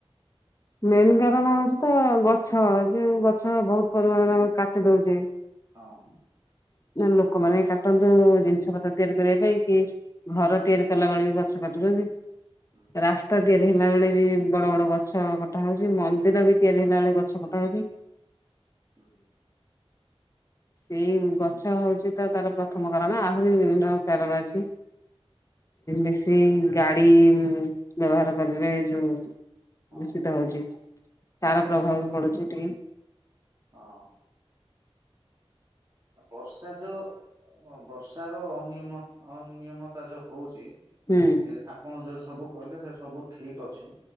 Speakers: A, on the left; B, on the right.
A: ମେନ୍ କାରଣ ହଉଚି ତ ଗଛ ଯଉ ଗ ଗଛ ବହୁତ ପରିମାଣରେ ଆମେ କାଟି ଦଉଚେ।
B: ହଁ।
A: ଲୋକମାନେ ବି କାଟନ୍ତୁ ଜିନିଷ ପତ୍ର ତିଆରି କରିବା ପାଇଁ କି ଘର ତିଆରି କଲା ବଳେ ବି ଗଛ କାଟୁଚନ୍ତି।
B: ହୁଁ
A: ରାସ୍ତା ତିଆରି ହେଲା ବେଳେ ବି ବଡ ବଡ ଗଛ କଟା ହଉଚି ମନ୍ଦିର ବି
B: ହୁଁ
A: ତିଆରି ହେଲା ବଳେ ଗ ଛ କଟା ହୋଉଚି।
B: ହୁଁ।
A: ସେଇ ଗଛ ହଉଛି ତ ତାର ପ୍ରଥମ କାରଣ ଆହୁରି ବିଭିନ୍ନ କାରଣ ଅଛି। ବେଶୀ
B: ହୁଁ ହୁଁ
A: ଗାଡି ବ୍ୟବହାର କରିବେ ଯୋଉ ଦୂଷିତ
B: ହଁ
A: ହଉଛି। ତାର ପ୍ରଭାବ
B: ହଁ
A: ବି ପଡୁଛି ଟିକେ।
B: ହଁ ବର୍ଷା ଯୋଉ ବର୍ଷ ର ଅନମ ଅନିୟମତା ଯୋଉ ହଉଛି।
A: ହୁଁ
B: ଏ ଆପଣ ଯୋଉ ସବୁ କହିଲେ ସେ ସବୁ ଠିକ ଅଛି